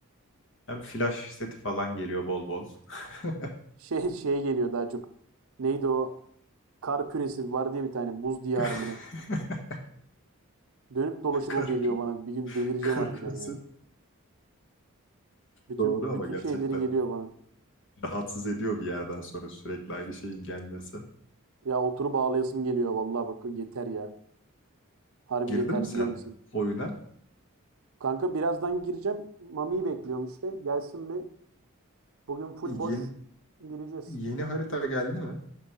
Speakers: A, on the left; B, on the right.
A: Hem flash seti falan geliyor bol bol. <laughs>
B: Şey şey geliyor daha çok. Neydi o? Kar küresi var diye bir tane buz diyarı
A: <laughs>
B: mı ne? Dönüp dolaşıp
A: Kar,
B: o geliyor bana. Bir gün delireceğim
A: kar
B: harbiden
A: küresi
B: ya. Bütün
A: doğru
B: bütün
A: ama gerçekten
B: şeyleri geliyor bana.
A: rahatsız ediyor bir yerden sonra sürekli aynı şeyin gelmesi.
B: Ya oturup ağlayasım geliyor vallahi bak yeter ya. Harbi
A: Girdin
B: yeter
A: mi sen
B: diyor insan.
A: oyuna?
B: Kanka birazdan gireceğim. Mami'yi bekliyorum işte. Gelsin bir. Bugün full boş
A: Yeni,
B: gireceğiz.
A: yeni harita geldi mi?